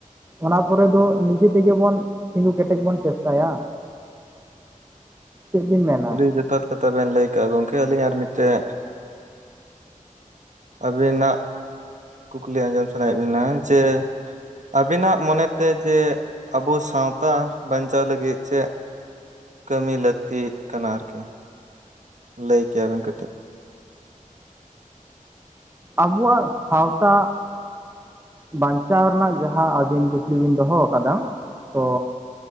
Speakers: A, on the right; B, on the right.
A: ᱚᱱᱟ ᱯᱚᱨᱮ ᱫᱚ ᱱᱤᱡᱮ ᱛᱮᱜᱮ ᱵᱚᱱ ᱛᱤᱸᱜᱩ ᱠᱮᱴᱮᱡ ᱵᱚᱱ ᱪᱮᱥᱴᱟᱭᱟ᱾ ᱪᱮᱫ ᱵᱤᱱ ᱢᱮᱱᱟ
B: ᱟᱹᱰᱤ ᱡᱚᱛᱷᱟᱛ ᱠᱟᱛᱷᱟ ᱵᱮᱱ ᱞᱟᱹᱭ ᱠᱟᱜᱼᱟ ᱜᱚᱝᱠᱮ ᱟᱹᱞᱤᱧ ᱟᱨ ᱢᱤᱫᱴᱮᱡ ᱟᱵᱤᱱᱟᱜ ᱠᱩᱠᱞᱤ ᱟᱸᱡᱚᱢ ᱥᱟᱱᱟᱭᱮᱫ ᱵᱤᱱᱟ ᱡᱮ ᱟᱵᱤᱱᱟᱜ ᱢᱚᱱᱮᱛᱮ ᱡᱮ ᱟᱵᱚ ᱥᱟᱶᱛᱟ ᱵᱟᱧᱪᱟᱣ ᱞᱟᱹᱜᱤᱫ ᱪᱮᱫ? ᱠᱟᱹᱢᱤ ᱞᱟᱹᱠᱛᱤᱜ ᱠᱟᱱᱟ ᱟᱨᱠᱤ ᱞᱟᱹᱭ ᱠᱮᱭᱟᱵᱮᱱ ᱠᱟᱹᱴᱤᱡ᱾
A: ᱟᱵᱚᱣᱟᱜ ᱥᱟᱶᱛᱟ ᱵᱟᱧᱪᱟᱣ ᱨᱮᱱᱟᱜ ᱡᱟᱦᱟᱸ ᱟᱹᱵᱤᱱ ᱠᱩᱠᱞᱤ ᱵᱤᱱ ᱫᱚᱦᱚ ᱟᱠᱟᱫᱟ ᱛᱚ